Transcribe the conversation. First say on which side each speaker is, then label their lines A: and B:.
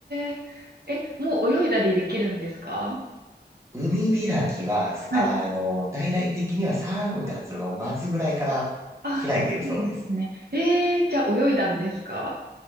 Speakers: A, on the right; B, on the right.
A: えー、え、もう泳いだりできるんですか
B: 海開きは、
A: はい。
B: あの、大々的には3月の末ぐらいから開いてるそうです。
A: あ、そうなんですね。ええー、じゃあ泳いだんですか